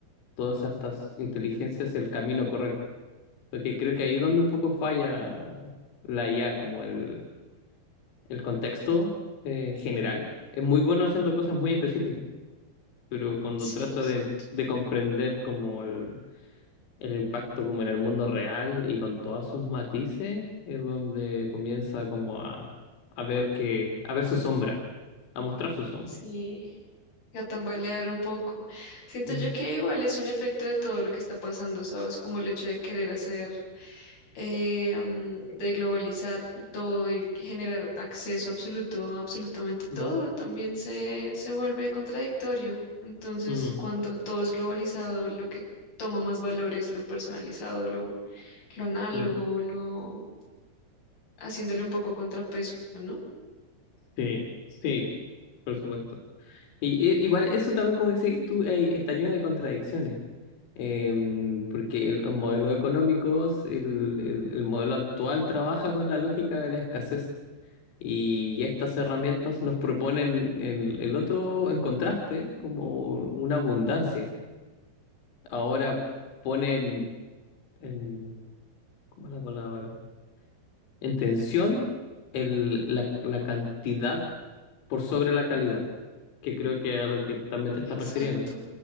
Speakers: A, on the left; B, on the left.
A: todas estas inteligencias el camino correcto. Porque creo que ahí es donde un poco falla la IA, como el, el contexto eh, general. Es muy bueno haciendo cosas muy específicas, pero cuando
B: Sí,
A: trata
B: es
A: de,
B: cierto.
A: de comprender como el el impacto como en el mundo real y con todos sus matices es donde comienza como a, a ver que, a ver su sombra, a mostrar su sombra.
B: Sí, a tambalear un poco. Siento
A: Mm,
B: yo que igual es un efecto de todo lo que está pasando, ¿sabes? Como el hecho de querer hacer, eh, mm, de globalizar todo y generar acceso absoluto a absolutamente todo,
A: mm,
B: también se, se vuelve contradictorio. Entonces,
A: mm,
B: cuando todo es globalizado, lo que toma más valor es lo personalizado, lo, lo análogo,
A: claro.
B: lo haciéndole un poco contrapeso, ¿no?
A: Sí, sí, por supuesto. Y, eh, igual eso también, como decís tú, eh, está lleno de contradicciones. Em, porque el- los modelos económicos, el, el el modelo actual trabaja con la lógica de la escasez. Y estas herramientas nos proponen el, el otro en contraste, como una abundancia. Ahora ponen en, ¿cómo es la palabra? En tensión el, la, la cantidad por sobre la calidad, que creo que es a lo que también te estás
B: Exacto.
A: refiriendo.